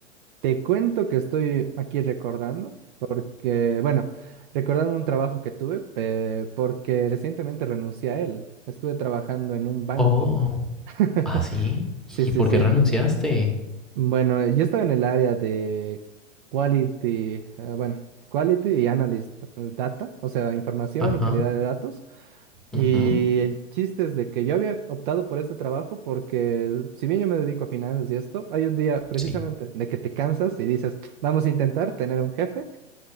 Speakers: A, on the right (about 45°); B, in the centre.
A: te cuento que estoy aquí recordando, porque, bueno, recordando un trabajo que tuve, pe- porque recientemente renuncié a él. Estuve trabajando en un banco.
B: Oh,
A: <laughs>
B: ¿ah, sí?
A: Sí,
B: ¿Y
A: sí,
B: por
A: sí.
B: qué renunciaste?
A: Bueno, eh, yo estaba en el área de quality, eh, bueno, quality y analyst eh, data, o sea, información
B: Ajá,
A: y calidad de datos. Y
B: ujú,
A: el chiste es de que yo había optado por este trabajo porque si bien yo me dedico a finanzas y esto, hay un día precisamente
B: sí.
A: de que te cansas y dices, vamos a intentar tener un jefe